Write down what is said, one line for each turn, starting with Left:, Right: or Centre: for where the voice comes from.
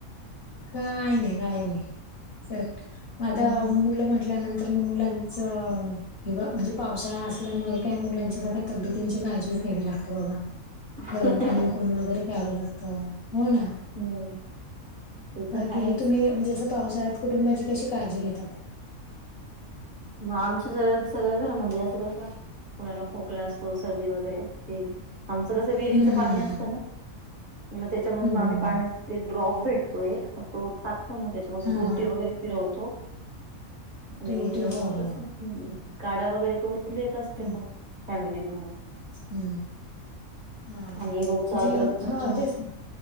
Left: काय नाही, काय नाही चल म आता
Right: हम्म
Left: मुलं म्हटल्यानंतर तर मुलांचं किंवा म्हणजे पावसाळा असल्यामुळे काय मुलांच्या सग काय तब्यतींची काळजीच घ्यावी लागते बाबा
Right: <unintelligible>
Left: गरम पाणी वगैरे प्यावं लागत हो ना
Right: हम्म ते तर
Left: बाकी
Right: आहेच
Left: तुम्ही म्हणजे असं पावसाळ्यात कुटुंबाची कशी काळजी घेतात
Right: मग आमच्या स सगळ्या घरामध्ये असं कसं कुणाला खोकला असतो सर्दी वगैरे असते आमचं कसं विहरीचं
Left: हम्म हम्म
Right: पाणी असतं ना मग त्याच्यामध्ये
Left: हम्म
Right: मग आम्ही
Left: हम्म हम्म
Right: पाण्याचे
Left: हम्म.
Right: ड्रॉप भेटतोय एक तो टाकतो ना त्याच्यामध्ये
Left: हा
Right: तुरटी
Left: हा
Right: वगैरे फिरवतो आणि
Left: तुटी हो हो
Right: कसं काढा वगैरे करून देत असते
Left: हम्म
Right: मग फॅमिलीना
Left: हम्म हा
Right: आणि रोजचा
Left: म्हणजे
Right: अदरकचा
Left: हा
Right: चहा
Left: तेच ना.